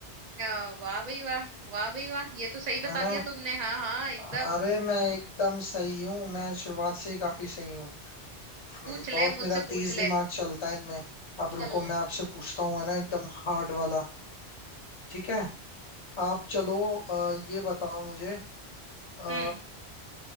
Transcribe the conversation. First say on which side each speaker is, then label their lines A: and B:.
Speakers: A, on the right; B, on the left.
A: आ, वाह भाई वाह वाह भाई वाह ये तो सही
B: है
A: बता
B: ना
A: दिया तुमने हाँ हाँ एकदम
B: अरे मैं एकदम सही हूँ मैं शुरुआत से ही काफी सही हूँ
A: पूछ
B: बहुत
A: ले मुझसे
B: मेरा
A: पूछ
B: तेज
A: ले
B: दिमाग चलता है इनमें अब रुको
A: चल
B: मैं आपसे पूछता हूँ है ना एकदम हार्ड वाला ठीक है आप चलो अ, ये बताओ मुझे आ,
A: हम्म